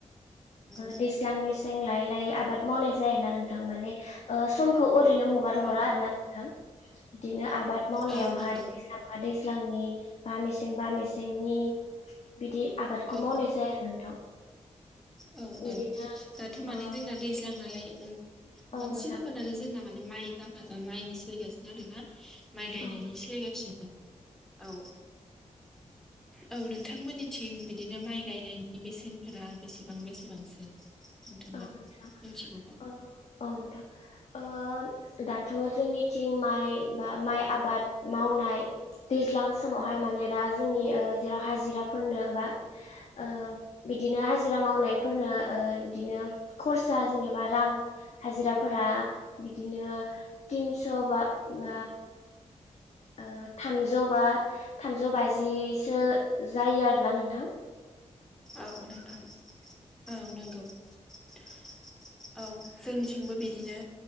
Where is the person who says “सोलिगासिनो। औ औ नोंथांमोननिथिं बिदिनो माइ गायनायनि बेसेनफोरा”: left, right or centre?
Centre